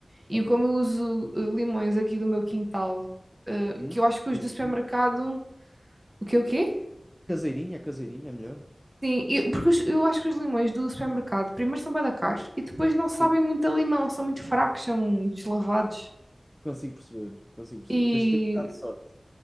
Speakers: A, on the right; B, in the centre.
A: E
B: Ok.
A: eu, como eu uso eh, limões aqui do meu quintal, eh,
B: Hum?
A: que eu acho que os
B: Caseirinha.
A: do supermercado. O quê, o quê?
B: Caseirinha, caseirinha é melhor.
A: Sim, e- porque os- eu acho que os limões do supermercado, primeiro são bué da caros e depois não sabem
B: Sim,
A: muito a limão, são muito fracos, são deslavados.
B: consigo perceber, consigo perceber.
A: E,
B: Tens que ter um bocado de sorte